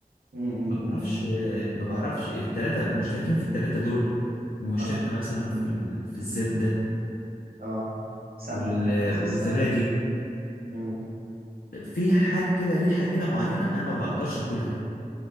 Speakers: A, on the right; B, on the left.
A: امم امم
B: ما بعرفش
A: أمم.
B: ما بعرفش التلاتة مشتركين في التلاتة دول ومشتركة
A: اه
B: مثلا في ال... في الزبدة
A: اه سمنه
B: وال-
A: قصدك
B: والزبادي
A: السمنه امم
B: فيها حاجة كده ريحة كده معينة أنا ما بقدرش أكلها